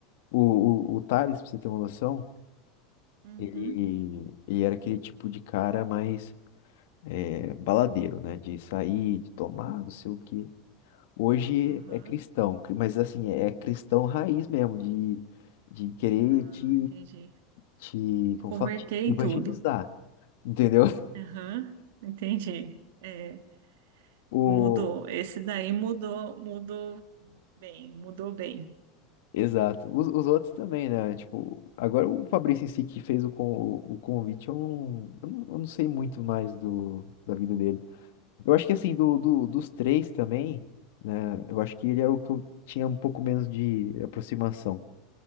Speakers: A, on the left; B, on the right.
A: O, o, o Thales, pra você ter uma noção,
B: Uhum.
A: ele, ele era aquele tipo de cara mais é, baladeiro, né? De sair, de tomar, não sei o quê. Hoje
B: Aham.
A: é cristão, cri- mas assim, é cristão raiz mesmo, de, de querer
B: Ah,
A: te,
B: entendi.
A: te, como
B: Converter
A: fala, te te evangelizar,
B: tudo.
A: entendeu? <laughs>
B: Aham, entendi. É,
A: O,
B: mudou. Esse daí mudou, mudou bem, mudou bem.
A: exato. Os, os outros também, né? Tipo, agora o Fabrício em si que fez o, con, o convite, eu não, eu não, eu não sei muito mais do, da vida dele. Eu acho que assim, do, do- dos três também, né? Eu acho que ele era o que eu tinha um pouco menos de aproximação.